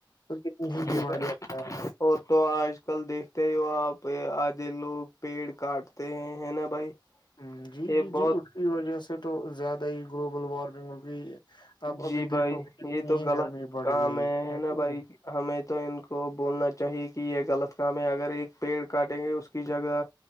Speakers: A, on the left; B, on the left.
A: تو کتنی ہی
B: جی
A: بیماریاںتا
B: بھائی اور تو آ آج کل دیکھتے ہی ہو آپ آھے لوگ پیڑ کاٹتے ہیں ہیں نا بھائی
A: ہ جی
B: یہ
A: جی جی
B: بہت
A: اس کی وجہ سے تو زیادہ ہی گلوبل وارمنگ ہوگئی آپ ابھی
B: جی
A: دیکھو
B: بھائی
A: گے کتنی
B: یہ تو
A: ہی
B: غلط
A: گرمی بڑھ
B: کام
A: گئی ہے
B: نا
A: کہ نہیں
B: بھائی ہمیں تو ان کو بولنا چاہیے کہ یہ غلط کام ہے اگر ایک پیڑ کاٹیں گے اس کی جگہ